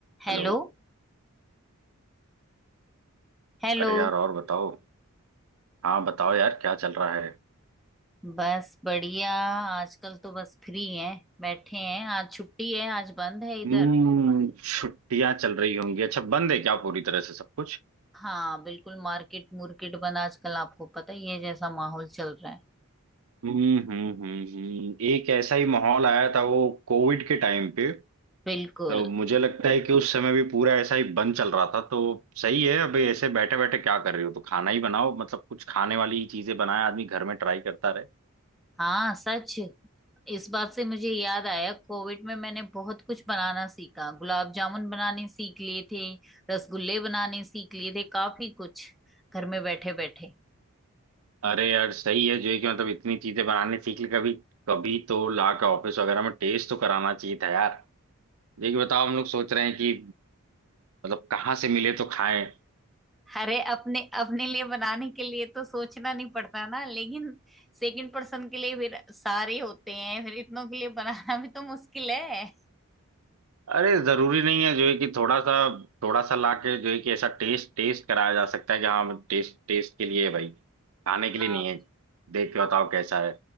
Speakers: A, in the centre; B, on the right.
A: Hello
B: Hello
A: Hello
B: अरे यार और बताओ हाँ बताओ यार क्या चल रहा है
A: बस बढ़िया आजकल तो बस फ्री हैं बैठे हैं आज छुट्टी है आज बंद है इधर
B: हम्म छुट्टियां चल रही होंगी अच्छा बंद है क्या पूरी तरह से सब कुछ
A: हाँ बिल्कुल मार्केट मुर्केट बंद आजकल आपको पता ही है जैसा माहौल चल रहा है
B: हम्म हम्म हम्म हम्म। एक ऐसा ही माहौल आया था वो कोविड के टाइम पे
A: बिल्कुल
B: तो मुझे लगता है कि उस समय भी पूरा ऐसा ही बंद चल रहा था तो सही है अभी ऐसे बैठे बैठे क्या कर रहे हो तो खाना ही बनाओ मतलब कुछ खाने वाली ही चीजें बनाए आदमी घर में ट्राई करता रहे
A: हाँ सच इस बात से मुझे याद आया कोविड में मैंने बहुत कुछ बनाना सीखा गुलाब जामुन बनाने सीख लिए थे रसगुल्ले बनाने सीख लिए थे काफी कुछ घर में बैठे बैठे
B: अरे यार सही है जो है कि मतलब इतनी चीजें बनाने सीख ली कभी कभी तो ला के ऑफिस वगैरह में टेस्ट तो कराना चाहिए था यार देखिए बताओ हम लोग सोच रहे हैं कि मतलब कहाँ से मिले तो खाएं
A: अरे अपने अपने लिए बनाने के लिए तो सोचना नहीं पड़ता ना लेकिन सेकंड पर्सन के लिए फिर सारे होते हैं फिर इतनों के लिए बनाना भी तो मुश्किल है
B: अरे जरूरी नहीं है जो है कि थोड़ा सा थोड़ा सा लाके जो है कि ऐसा टेस्ट टेस्ट कराया जा सकता है कि हाँ टेस्ट टेस्ट के लिए है भाई खाने के
A: हाँ
B: लिए नहीं है देख के बताओ कैसा है